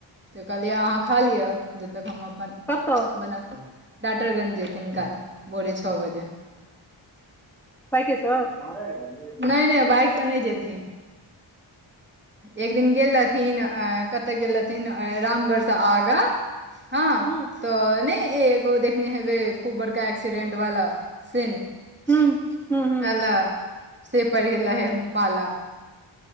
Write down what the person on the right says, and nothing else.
तऽ कहलियै अहाँ खा लिय जबतक हम अपन।
बना टाटरगंज जेथिन काइल भोरे छ बजे।
नै नै बाइकसँ नै जेथिन एक दिन गेल रहथिन अ कत गेल रहथिन रामगढ़सँ आगाँ हँ
तऽ नै ऐ ब ओ देखने हेबै खूब बड़का एक्सीडेंट वाला सीन
<unintelligible>
से पैड़ गेले रहेन पाला।